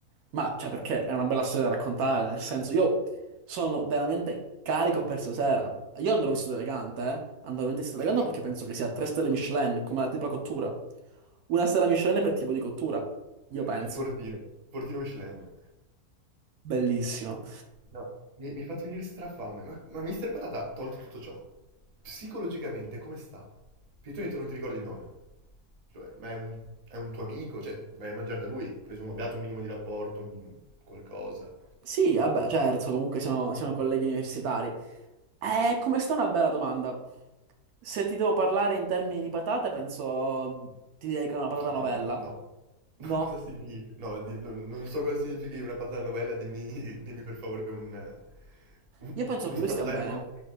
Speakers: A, on the right; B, on the right.
A: Ma, cioè, perché è una bella storia da raccontare, nel senso, io sono veramente carico per stasera. Io andrò vestito elegante, eh. Andrò veramente vestito
B: <laughs>
A: elegante perché penso che sia 3 stelle Michelin, come la tipa cottura. Una stella Michelin per tipo di cottura, io penso.
B: Il fortino. Il fortino Michelin.
A: Bellissimo.
B: No, mi, mi hai fatto venire strafame. Ma, ma Mister Patata, tolto tutto ciò, psicologicamente come sta? Perché tu hai detto non ti ricordi il nome. Cioè, ma è un, è un tuo amico, cioè, vai a mangiare da lui, presumo abbiate un minimo di rapporto, un- qualcosa.
A: Sì, vabbè, certo, comunque siamo, siamo colleghi universitari. Eh, come sta una bella domanda. Se ti devo parlare in termini di patate, penso ti direi che è una patata
B: No,
A: novella.
B: bro, no. <laughs> Ma
A: No?
B: cosa significa? No, di- non, non so cosa significhi una patata novella, dimmi, dimmi per favore un, eh, un-
A: Io penso
B: uno
A: che
B: stato
A: lui stia
B: d'animo...
A: bene.